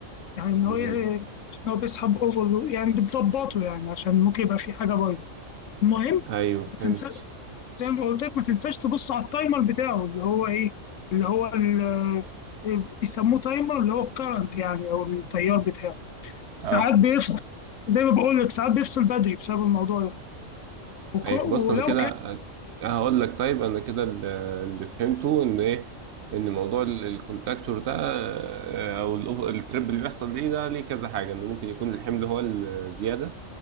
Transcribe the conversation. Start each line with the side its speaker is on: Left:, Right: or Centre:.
Left: يعني ان هو
Right: مم.
Left: ي- عشان هو بيسحب اوفر يعني بتظبطه يعني عشان ممكن يبقى في حاجه بايظه المهم
Right: ايوه
Left: ما
Right: فهمت
Left: تنسى زي ما قلت لك ما تنساش تبص على التايمر بتاعه اللي هو ايه اللي هو ال- إيه، بيسموه تايمر اللي هو الكرنت يعني او التيار بتاعه ساعات
Right: اه
Left: بيفصل زي ما بقول لك ساعات بيفصل بدري بسبب الموضوع ده وك-
Right: ايوه بص
Left: ولو
Right: انا كده
Left: كان
Right: آه، هقول لك طيب انا كده ال- اللي فهمته ان ايه ان موضوع ال- الكونتاكتور ده آه، او الأوف- التريب اللي بيحصل ليه ده ليه كذا حاجة انه ممكن يكون الحمل هو الزيادة